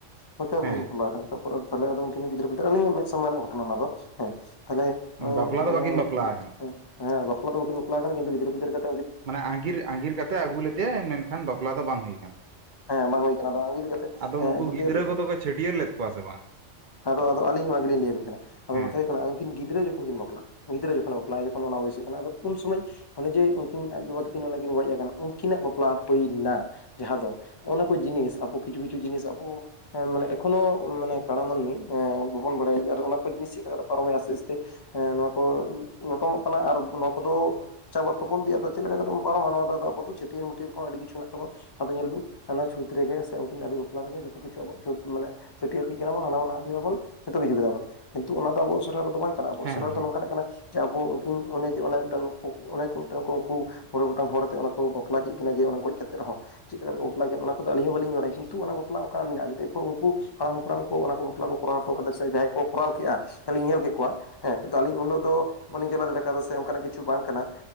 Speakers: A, on the left; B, on the right.
A: <inaudible> ᱵᱟᱯᱞᱟ
B: ᱦᱮᱸ
A: ᱠᱟᱱᱟ ᱛᱟᱯᱚᱨ ᱛᱟᱞᱦᱮ ᱟᱫᱚ ᱩᱱᱠᱤᱱ ᱜᱤᱫᱨᱟᱹ ᱯᱤᱫᱽᱟᱹᱨ ᱟᱞᱤᱧᱟᱜ ᱢᱮᱫ ᱥᱟᱢᱟᱝ ᱨᱮᱱᱟᱜ ᱜᱷᱚᱴᱱᱟ ᱚᱱᱟ ᱫᱚ ᱦᱮᱸ᱾ ᱛᱟᱦᱚᱞᱮ <inaudible>
B: ᱚᱱᱮ ᱵᱟᱯᱞᱟ ᱫᱚ ᱵᱟᱹᱠᱤᱱ ᱵᱟᱯᱞᱟ ᱟᱠᱟᱱᱟ
A: ᱦᱮᱸ ᱵᱟᱯᱞᱟ ᱫᱚ ᱵᱟᱹᱠᱤᱱ ᱵᱟᱯᱞᱟ ᱠᱟᱱᱟ ᱠᱤᱱᱛᱩ ᱜᱤᱫᱽᱨᱟᱹ ᱜᱤᱫᱽᱨᱟᱹ ᱠᱟ
B: ᱢᱟᱱᱮ ᱟᱸᱜᱤᱨ ᱟᱸᱜᱤᱨ ᱠᱟᱛᱮ ᱟᱹᱜᱩ ᱞᱮᱫᱮᱟᱭ ᱢᱮᱱᱠᱷᱟᱱ ᱵᱟᱯᱞᱟ ᱫᱚ ᱵᱟᱝ ᱦᱩᱭ ᱠᱟᱱ ᱛᱟᱭᱟ᱾
A: ᱦᱮᱸ ᱵᱟᱝ ᱦᱩᱭ ᱠᱟᱱᱟ ᱟᱫᱚ ᱟᱸᱜᱤᱨ ᱠᱟᱛᱮ
B: ᱟᱫᱚ
A: ᱮᱸ
B: ᱩᱱᱠᱩ
A: ᱟᱹᱜᱩ ᱞᱟᱫᱮᱭᱟ
B: ᱜᱤᱫᱽᱨᱟᱹ
A: <inaudible>
B: ᱠᱚᱫᱚ ᱠᱚ ᱪᱷᱟᱹᱴᱭᱟᱹᱨ ᱞᱮᱫ ᱠᱚᱣᱟ ᱥᱮ ᱵᱟᱝ
A: ᱟᱫᱚ ᱟᱫᱚ ᱟᱞᱤᱧ ᱦᱚᱸ ᱚᱱᱟ ᱜᱮᱞᱤᱧ ᱞᱟᱹᱭᱟᱵᱤᱱ ᱠᱟᱱᱟ ᱟᱫᱚ
B: ᱦᱮᱸ
A: ᱠᱟᱛᱷᱟ ᱦᱩᱭᱩᱜ ᱠᱟᱱᱟ ᱠᱤᱱ ᱜᱤᱫᱽᱨᱟᱹ ᱡᱚᱠᱷᱚᱱ ᱠᱤᱱ ᱵᱟᱯᱞᱟ ᱜᱤᱫᱽᱨᱟᱹ ᱡᱚᱠᱷᱚᱱ ᱵᱟᱯᱞᱟ ᱡᱚᱠᱷᱚᱱ ᱚᱱᱟ ᱵᱚᱭᱮᱥ ᱦᱩᱭᱩᱜ ᱠᱟᱱᱟ ᱟᱫᱚ ᱩᱱ ᱥᱚᱢᱚᱭ ᱚᱱᱮ ᱡᱮ ᱩᱱᱠᱤᱱ ᱟᱡ ᱵᱟᱵᱟ ᱛᱟᱹᱠᱤᱱ ᱠᱤᱱ ᱜᱚᱡ ᱟᱠᱟᱱᱟ ᱩᱱᱠᱤᱱᱟᱜ ᱵᱟᱯᱞᱟ ᱦᱩᱭᱱᱟ ᱡᱟᱦᱟᱸ ᱫᱚ ᱦᱚᱜ ᱱᱚᱣᱟ ᱠᱚ ᱡᱤᱱᱤᱥ ᱟᱵᱚ ᱠᱤᱪᱷᱩ ᱠᱤᱪᱷᱩ ᱡᱤᱱᱤᱥ ᱟᱵᱚ ᱢᱟᱱᱮ ᱮᱠᱷᱚᱱᱳ ᱢᱟᱱᱮ ᱠᱟᱬᱟ ᱢᱟᱹᱱᱢᱤ ᱮ ᱵᱟᱵᱚᱱ ᱵᱟᱲᱟᱭᱟ ᱟᱨ ᱚᱱᱟ ᱠᱚ ᱡᱤᱱᱤᱥ ᱪᱮᱫ ᱞᱮᱠᱟ ᱠᱟᱛᱮ ᱯᱟᱨᱚᱢ ᱦᱩᱭᱩᱜ ᱟ ᱡᱟᱥᱛᱮ ᱮ ᱱᱚᱣᱟ ᱠᱚ ᱞᱚᱴᱚᱢᱚᱜ ᱠᱟᱱᱟ ᱟᱨ ᱱᱚᱣᱟ ᱠᱚᱫᱚ ᱪᱟᱵᱟᱜ ᱛᱟᱵᱚᱱ ᱜᱮᱭᱟ ᱟᱫᱚ ᱪᱮᱫ ᱞᱮᱠᱟ ᱠᱟᱛᱮᱵᱚᱱ ᱯᱟᱨᱚᱢᱟ ᱱᱚᱣᱟ ᱫᱚ ᱟᱫᱚ ᱟᱵᱚ ᱫᱚ ᱪᱷᱴᱤᱭᱟᱹᱨ ᱢᱟᱹᱴᱟᱹᱭᱟᱨ ᱠᱚ ᱟᱹᱰᱤ ᱠᱤᱪᱷᱩ ᱢᱮᱱᱟᱜ ᱛᱟᱵᱚᱣᱟ ᱾ ᱟᱫᱚ ᱧᱮᱞ ᱵᱤᱱ ᱚᱱᱟ ᱪᱷᱩᱸᱛ ᱨᱮᱜᱮ ᱥᱮ ᱩᱱᱠᱤᱱ ᱟᱹᱣᱨᱤ ᱵᱟᱯᱞᱟ ᱨᱮᱜᱮ ᱡᱷᱚᱛᱚ ᱠᱤᱪᱷᱩ ᱟᱵᱚᱣᱟᱜ ᱪᱷᱩᱛ ᱢᱟᱱᱮ ᱪᱟᱹᱴᱭᱟᱨ ᱠᱮᱫᱠᱤᱱᱟ ᱵᱚ ᱦᱟᱱᱟ ᱵᱟᱝ ᱱᱟᱣᱟ ᱠᱤᱱᱟ ᱵᱚᱱ ᱡᱷᱚᱛᱚ ᱠᱤᱪᱷᱩ ᱠᱮᱫᱟᱵᱚᱱ ᱠᱤᱱᱛᱩ ᱚᱱᱟ ᱫᱚ ᱟᱵᱚ ᱥᱮᱨᱣᱟ ᱨᱮᱫᱚ ᱵᱟᱝᱠᱟᱱᱟ ᱟᱵᱚᱣᱟᱜ
B: ᱦᱮᱸ
A: ᱥᱮᱣᱟ ᱨᱮ
B: ᱦᱮᱸ
A: ᱫᱚ ᱱᱚᱝᱠᱟᱱᱟᱜ ᱠᱟᱱᱟ ᱡᱮ ᱟᱵᱚ ᱩᱱᱠᱤᱱ ᱚᱱᱮ ᱡᱮ ᱚᱱᱮ ᱢᱤᱫᱴᱟᱝ ᱩᱱᱠᱩ ᱢᱚᱬᱮ ᱜᱚᱴᱟᱝ ᱦᱚᱲᱛᱮ ᱚᱱᱟ ᱠᱚ ᱵᱟᱯᱞᱟ ᱠᱮᱫ ᱠᱤᱱᱟ ᱡᱮ ᱜᱚᱡ ᱠᱟᱛᱮᱜ ᱨᱮᱦᱚᱸ, ᱪᱮᱫ ᱞᱮᱠᱟ ᱠᱟᱛᱮ ᱠᱚ ᱵᱟᱯᱞᱟ ᱠᱮᱫ ᱚᱱᱟ ᱠᱚᱫᱚ ᱟᱹᱞᱤᱧ ᱦᱚᱸ ᱵᱟᱹᱞᱤᱧ ᱵᱟᱲᱟᱭᱟ ᱠᱤᱱᱛᱩ ᱚᱱᱟ ᱵᱟᱯᱞᱟ ᱚᱱᱠᱱᱟᱜ ᱢᱮᱱᱟᱜᱼᱟ ᱮᱨᱯᱚᱨ ᱩᱱᱠᱩᱼᱼ ᱦᱟᱲᱟᱢ ᱦᱟᱯᱲᱟᱢ ᱠᱚ ᱚᱱᱟ ᱠᱚ ᱵᱟᱯᱞᱟ ᱠᱚᱨᱟᱣ ᱦᱚᱴᱚ ᱠᱟᱫᱟ ᱥᱮ ᱡᱟᱦᱟᱸᱭ ᱠᱚᱨᱟᱣ ᱠᱮᱫᱼᱟ ᱟᱞᱤᱧ ᱧᱮᱞ ᱠᱮᱫ ᱠᱚᱣᱟ ᱦᱮᱸ ᱠᱤᱱᱛᱩ ᱟᱹᱞᱤᱧ ᱩᱱᱟᱜ ᱫᱚ ᱵᱟᱹᱞᱤᱧ ᱪᱟᱞᱟᱣ ᱫᱟᱲᱮ ᱠᱟᱣᱫᱟ ᱥᱮ ᱚᱱᱠᱟᱱᱟᱜ ᱠᱤᱪᱷᱩ ᱵᱟᱝ ᱠᱟᱱᱟ